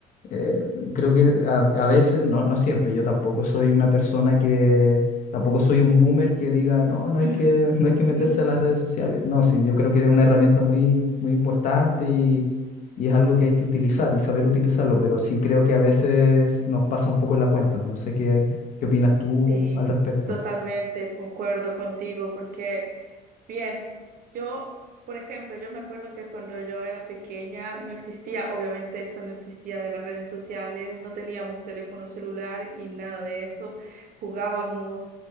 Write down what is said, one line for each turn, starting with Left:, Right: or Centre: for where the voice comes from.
Left: Eh, creo que a, a veces, no, no siempre, yo tampoco soy una persona que, tampoco soy un boomer que diga, no, no hay
Right: <laughs>
Left: que, <laughs> no hay que meterse a las redes sociales. No, sí, yo creo que es una herramienta muy, muy importante y, y es algo que hay que utilizar y saber utilizarlo, pero sí creo que a veces nos pasa un poco la cuenta. No sé qué, qué opinas tú
Right: Sí,
Left: al respecto.
Right: totalmente concuerdo contigo porque, bien, yo, por ejemplo, yo me acuerdo que cuando yo era pequeña no existía, obviamente esto no existía de las redes sociales, no teníamos teléfono celular y nada de eso, jugábamos